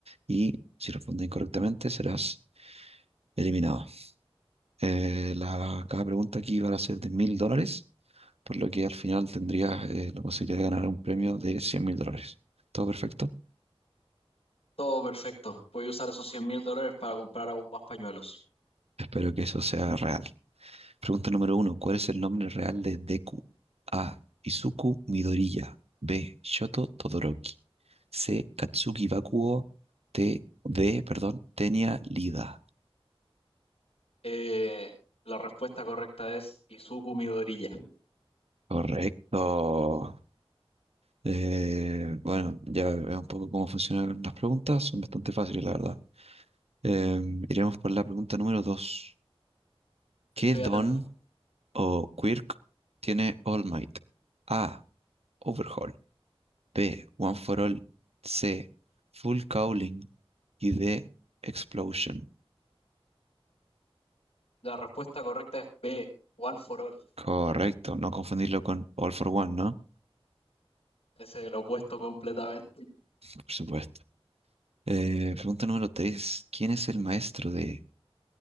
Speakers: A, on the right; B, on the left.
A: y si responde incorrectamente serás eliminado. Eh, la, cada pregunta aquí va a ser de mil dólares, por lo que al final tendrías eh, la posibilidad de ganar un premio de 100 mil dólares. ¿Todo perfecto?
B: todo perfecto. Voy a usar esos cien mil dólares para comprar aún más pañuelos.
A: Espero que eso sea real. Pregunta número uno. ¿Cuál es el nombre real de Deku? A. Izuku Midoriya. B. Shoto Todoroki. C. Katsuki Bakugo. T. D. Perdón. Tenya Lida.
B: Eh, la respuesta correcta es Izuku Midoriya.
A: Correcto. Eh, bueno, ya es un poco cómo funcionan las preguntas. Son bastante fáciles, la verdad. Em, iremos por la pregunta número dos. ¿Qué
B: Estoy
A: don
B: atento.
A: o quirk tiene All Might? A. Overhaul. B. One for All. C. Full Cowling. Y D. Explosion.
B: La respuesta correcta es B, One for All.
A: Correcto, no confundirlo con All for One, ¿no?
B: Ese es el opuesto completamente.
A: Por supuesto. Eh, pregunta número 3: ¿Quién es el maestro de